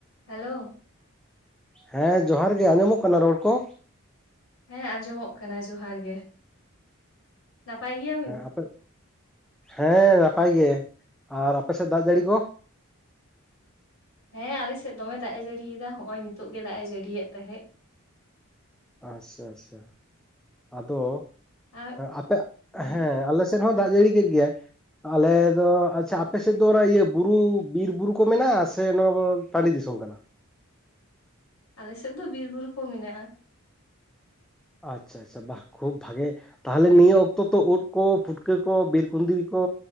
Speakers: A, on the left; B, in the centre.
A: Hello
B: ᱦᱮᱸ ᱡᱚᱦᱟᱨ ᱜᱮ ᱟᱸᱡᱚᱢᱚᱜ ᱠᱟᱱᱟ ᱨᱚᱲ ᱠᱚ
A: ᱦᱮᱸ ᱟᱸᱡᱚᱢᱚᱜ ᱠᱟᱱᱟ ᱡᱚᱦᱟᱨ ᱜᱮ ᱱᱟᱯᱟᱭ ᱜᱮᱭᱟᱵᱤᱱ?
B: ᱟᱯᱮ ᱦᱮᱸ ᱱᱟᱯᱟᱭ ᱜᱮ ᱟᱨ ᱟᱯᱮ ᱥᱮᱫ ᱫᱟᱜ ᱡᱟᱹᱲᱤ ᱠᱚ
A: ᱦᱮᱸ ᱟᱞᱮ ᱥᱮᱫ ᱫᱚᱢᱮ ᱫᱟᱜ ᱮ ᱡᱟᱹᱲᱤᱭᱮᱫᱟ ᱱᱚᱜ ᱚᱭ ᱱᱤᱛᱚᱜ ᱜᱮ ᱫᱟᱜ ᱮ ᱡᱟᱹᱲᱤᱭᱮᱫ ᱛᱟᱦᱮᱸᱫ
B: ᱟᱪᱪᱷᱟ ᱟᱪᱪᱷᱟ ᱟᱫᱚ
A: ᱟᱨ
B: ᱟᱯᱮ
A: ᱦᱩᱸ
B: ᱦᱮᱸ ᱟᱞᱮ ᱥᱮᱫ ᱦᱚᱸ ᱫᱟᱜ ᱡᱟᱹᱲᱤ ᱠᱮᱫ ᱜᱮᱭᱟᱭ ᱟᱞᱮ ᱫᱚ ᱟᱪᱪᱷᱟ ᱟᱯᱮᱥᱮᱫ ᱫᱚ ᱚᱱᱟ ᱤᱭᱟᱹ ᱵᱩᱨᱩ ᱵᱤᱨ ᱵᱩᱨᱩ ᱠᱚ ᱢᱮᱱᱟᱜᱼᱟ ᱥᱮ ᱱᱚᱣᱟ ᱴᱟᱺᱰᱤ ᱫᱤᱥᱚᱢ ᱠᱟᱱᱟ
A: ᱟᱞᱮᱥᱮᱫ ᱫᱚ ᱵᱤᱨ ᱵᱩᱨᱩ ᱠᱚ ᱢᱮᱱᱟᱜ ᱟ
B: ᱟᱪᱪᱷᱟ ᱟᱪᱪᱷᱟ ᱵᱟᱦ ᱠᱷᱩᱵᱽ ᱵᱷᱟᱜᱤ ᱛᱟᱦᱚᱞᱮ ᱱᱤᱭᱟᱹ ᱚᱠᱛᱚ ᱛᱚ ᱩᱫ ᱠᱚ ᱯᱷᱩᱴᱠᱟᱹ ᱠᱚ ᱵᱤᱨ ᱠᱩᱸᱫᱽᱨᱤ ᱠᱚ